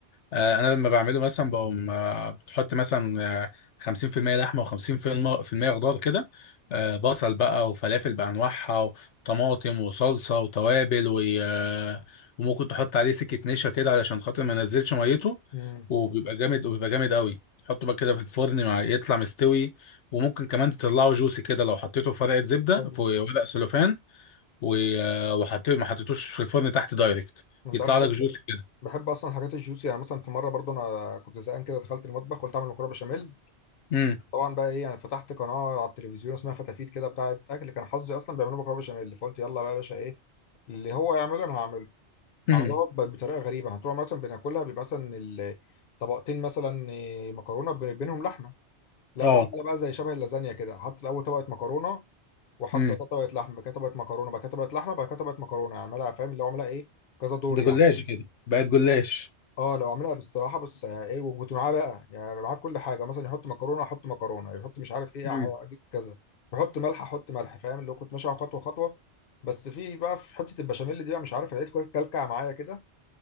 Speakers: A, on the left; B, on the left.
A: آه، انا لما بعمله مثلا بقوم آه، بتحط مثلا آه، 50% لحمه و50% خضار كده آه، بصل بقى وفلافل بانواعها وطماطم وصلصه وتوابل و- آه، وممكن تحط عليه سكه نشا كده علشان خاطر ما ينزلش ميته
B: امم
A: وبيبقى جامد وبيبقى جامد قوي تحطه بقى كده في الفرن مع يطلع مستوي وممكن كمان تطلعه جوسي كده لو حطيته في ورقه زبده
B: حلو
A: في ورق سلوفان و- وحطيت ما حطيتوش في الفرن تحت دايركت
B: انت
A: يطلع
B: عارف بحب
A: لك جوس كده
B: بحب اصلا الحاجات الجوسي يعني مثلا في مره برضو انا كنت زهقان كده دخلت المطبخ قلت اعمل مكرونه بشاميل
A: امم
B: طبعا بقى ايه يعني فتحت قناه على التلفزيون اسمها فتافيت كده بتاعه اكل كان حظي اصلا بيعملوا مكرونه بشاميل فقلت يلا بقى يا باشا ايه اللي هو يعمله انا هعمله
A: امم
B: عملوها ب- بطريقه غريبه هتروح مثلا بناكلها بيبقى مثلا ال- طبقتين مثلا إيه، مكرونه ب- بينهم لحمه لا
A: اه
B: ده عملها بقى زي شبه اللازانيا كده حط الاول طبقه مكرونه وحط
A: امم
B: وقتها طبقه لحمه بعد كده طبقه مكرونه بعد كده طبقه لحمه بعد كده طبقه مكرونه يعني عملها فاهم اللي هو عملها ايه كذا دور
A: ده
B: يعني
A: جلاش كده بقت جلاش
B: اه لو عملها بالصراحه بس آه، ايه وكنت معاه بقى يعني معاه في كل حاجه مثلا يحط مكرونه احط مكرونه يحط مش عارف ايه
A: امم
B: أح- اجيب كذا يحط ملح احط ملح فاهم اللي هو كنت ماشي على خطوه خطوه بس في بقى في حته البشاميل دي بقى مش عارف لقيت كل- كلكع معايا كده